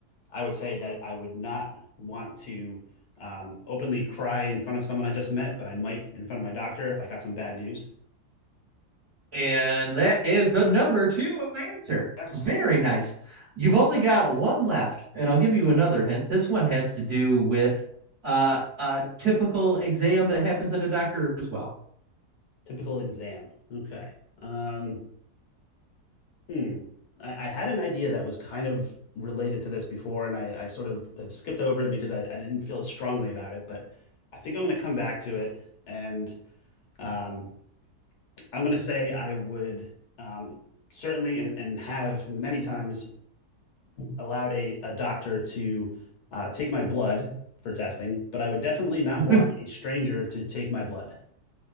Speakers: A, on the left; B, on the right.
A: I would say that I would not want to um, openly cry in front of someone I just met, but I might in front of my doctor if I got some bad news.
B: And that is the number two answer.
A: Yes,
B: Very nice.
A: Okay.
B: You've only got one left, and I'll give you another hint. This one has to do with uh a typical exam that happens at a doctor as well.
A: typical exam. Okay. Um, hmm. I, I had an idea that was kind of related to this before, and I, I sort of have skipped over it because I, I didn't feel as strongly about it, but I think I'm going to come back to it. And um, I'm going to say I would um, certainly and, and have many times allowed a, a doctor to uh, take my blood for testing, but I would definitely not
B: <laughs>
A: want a stranger to take my blood.